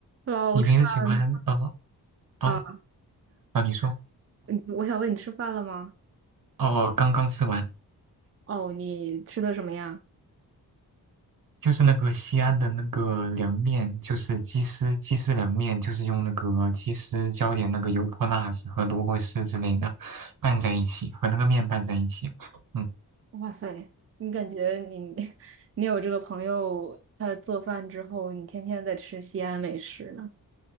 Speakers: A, on the right; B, on the right.
A: Hello，
B: 你平时喜欢呃
A: 吃饭
B: 哦
A: 啊？
B: 啊，你说
A: 你我想问你吃饭了吗？
B: 哦，刚刚吃完，
A: 哦，你吃的什么呀？
B: 就是那个西安的那个凉面，就是鸡丝鸡丝凉面，就是用那个鸡丝浇点那个油泼辣子和萝卜丝之类的拌在一起，和那个面拌在一起。嗯，
A: 哇塞，你感觉你 <laughs> 你有这个朋友，他做饭之后，你天天在吃西安美食呢？